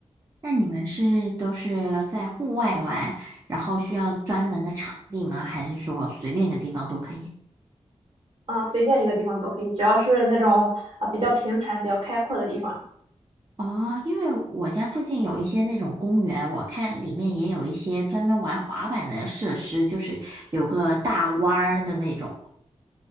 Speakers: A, on the right; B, on the right.
A: 那你们是都是在户外玩，然后需要专门的场地吗？还是说随便一个地方都可以？
B: 啊、随便一个地方都可以，只要是那种啊、比较平坦、比较开阔的地方。
A: 哦，因为我家附近有一些那种公园，我看里面也有一些专门玩滑板的设施，就是有个大弯儿的那种。